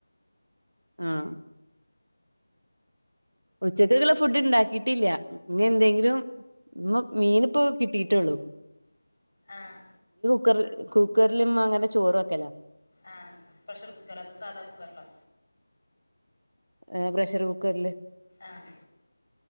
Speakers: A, on the right; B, on the left.
A: ആഹ ഉച്ചക്ക്ക്ക്ള്ള
B: എന്നിട്ട്
A: ഫുഡ് ഇണ്ടാക്കിട്ടില്ല ഇനി എന്തെങ്കിലും ഉമ്മ മീനിപ്പോ കിട്ടിട്ടോള്ളു
B: ആഹ
A: ക്കർ കുക്കർലുമ്മ അങ്ങനെ ചോറ് വെക്കലാ
B: ആഹ പ്രഷർ കുക്കറൊ അതൊ സാധാ കുക്കർലോ
A: ഏ പ്രഷർ കുക്കർല്
B: ആഹ